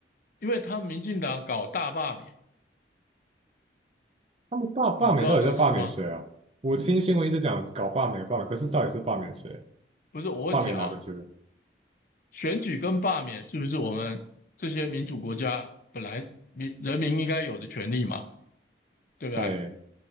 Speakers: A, on the left; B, on the right.
A: 因为他们民进党搞大罢免，
B: 他们罢罢免到底在罢免谁啊？
A: 你知道这个事吗？
B: 我听新闻一直讲搞罢免罢免，可是到底是罢免谁啊？
A: 不是，我问你啊，
B: 罢免哪个是？
A: 选举跟罢免是不是我们这些民主国家本来民人民应该有的权利嘛？对不对？
B: 对